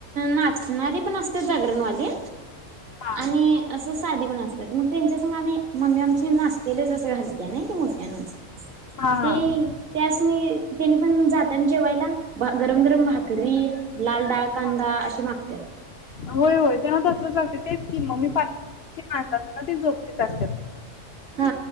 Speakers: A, on the right; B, on the left.
A: नाचणारी पण असते जागरणवाली
B: हा
A: आणि. असं साधी पण असतात मग त्यांच्यास आम्ही मम्मी आमचे नाचतेलेच असं घालत नाही ते मोठ्यानच
B: हा हा
A: ते
B: हा
A: त्यास त्यानी पण जात जेवायला गरम गरम भ करी लाल डाळ कांदा
B: हा
A: अशी मागतात.
B: होय होय जना दसव लागते तेच कि मग मी पाहि माणस ना ते जोपतीच असते
A: हा